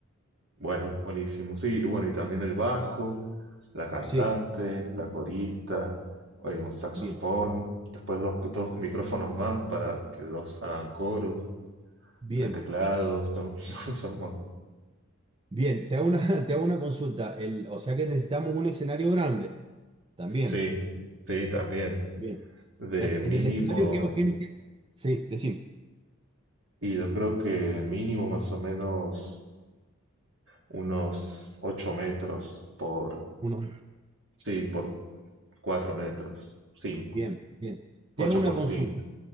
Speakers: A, on the right; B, on the right.
A: Bueno, buenísimo. Sí, y bueno, y también el bajo, la cantante,
B: Sí,
A: la corista, eh, un saxofón,
B: bien,
A: después dos, dos micrófonos más para que dos hagan coros,
B: bien.
A: el teclado, son, <laughs> son, son
B: Bien, te hago una, <laughs> te hago una consulta. El, o sea que necesitamos un escenario grande también.
A: Sí, sí, también.
B: Bien.
A: De
B: En, en
A: mínimo,
B: el escenario que tienes que... Sí, decime.
A: y yo creo que mínimo más o menos unos 8 metros por,
B: Uno.
A: sí, por 4 metros, 5,
B: Bien, bien. Te
A: 8
B: hago una
A: por
B: consulta.
A: 5.